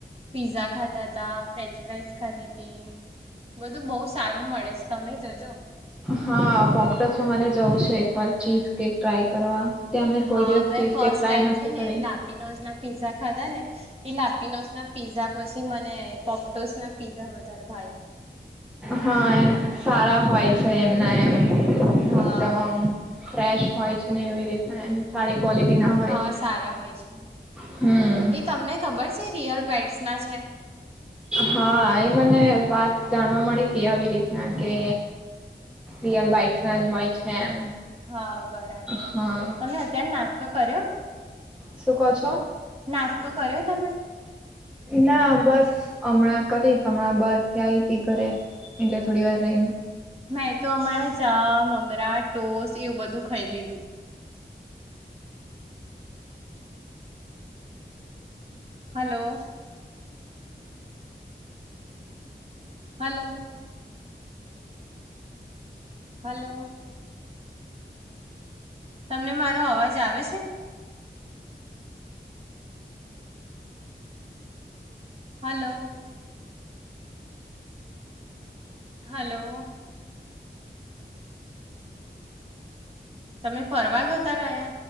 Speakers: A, on the right; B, in the centre.
A: પીઝા ખાધા ત ફ્રેન્ચ ફ્રઇઝ ખાદી તી બધું બહ સારું મળે છે તમે જજો
B: હા પોોપટસ રે જવું છે એકવાર ચીઝ કેક ટ્રાય કરવા ત્યાં મેં
A: હા
B: કોઈ દિવસ
A: મેં
B: cheese
A: first
B: cake try
A: time
B: નથી
A: છે
B: કરી
A: ને લાપીનોોઝ ના પીઝા ખાધા ને એ લાપી નોઝ ના પીઝા પછી થી મને પોપટોસ ના પીઝા વધારે ભાયા
B: હા એ સારા હોય છે એમના એમ
A: હા
B: તમામ ફ્રેશ હોય છે ને એવી રીતના એમ સારી ક્વોલિટી ના હોય
A: હા
B: છે
A: સારા હોય છે
B: હમ
A: એ તમને ખબર છે સિયલ બાઇટ્સ ના છે
B: હા એ મને વાત જાણવા મળી હતી આવી રીતના કે રયલઇટ ના જ હોય છે એમ
A: હા બરાબર
B: હા
A: તમને અત્યારે નાસ્ તો કર્યો
B: શું ક છો
A: નાસ્તો કર્યો તમે
B: ના બસ હમણાં કરીશ હમણાં બહારથી આઈ ત ઘરે એટલે થોડી વાર ર
A: મેં તો હમણાં ચા મમરા ઢોસ એવું બધું ખાઈ લીધું હલો હલો હલો તમને મારો અવાજ આવે છે હલો હલો તમે ફરવા ગતા રહ્યા